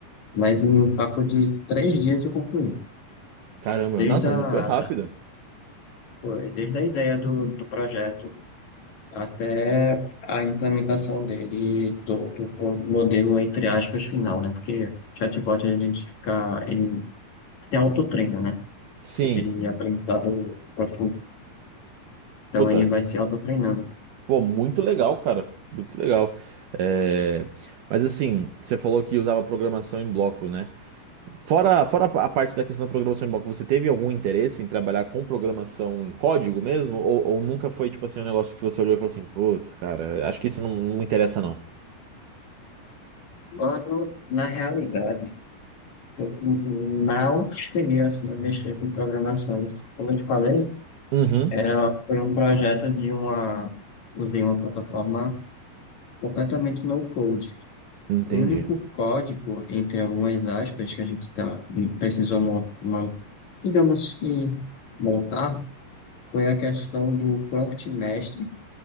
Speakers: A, on the left (about 50°); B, on the right (about 75°).
A: mas em um papo de três dias eu concluí.
B: Caramba,
A: Desde
B: nossa,
A: a,
B: ainda foi rápido.
A: da- foi desde a ideia do, do projeto até a implementação dele, do, do modelo, entre aspas, final, né? Porque chatbot, a gente fica, ele tem autotreino, né?
B: Sim,
A: aquele aprendizado profundo. Então
B: puta,
A: ele vai se autotreinando.
B: pô, muito legal, cara, muito legal. É, Mas assim, você falou que usava programação em bloco, né? Fora, fora a parte da questão da programação em bloco, você teve algum interesse em trabalhar com programação em código mesmo? Ou, ou nunca foi, tipo assim, um negócio que você olhou e falou assim, putz, cara, acho que isso não, não me interessa, não.
A: Quando, na realidade, eu mal cheguei assim, a mexer com programação. Como eu te falei,
B: Uhum,
A: era, foi um projeto de uma, usei uma plataforma completamente no code.
B: entendi.
A: O único código, entre algumas aspas, que a gente tá, precisou, mon- mon- digamos que, montar, foi a questão do prompt mestre